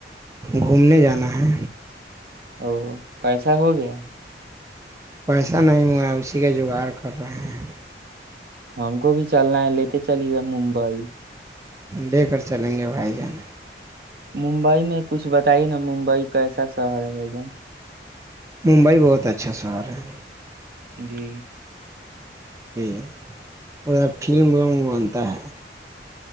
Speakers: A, on the right; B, on the right.
A: گھومنے جانا ہے
B: ا پیسہ ہو گیا
A: پیسہ نہیں ہوا ہے اسی کا جگاڑ کر رہے ہیں
B: ہم کو بھی چلنا ہے لیتے چلیے گئے ممبئی
A: لے کر چلیں گے بھائی جان
B: ممبئی میں کچھ بتائیے نا ممبئی کیسا شہر ہے بائی گان
A: ممبئی بولت بہت اچھا سور ہے
B: جی
A: ج ادھر فلم ولم بنتا ہے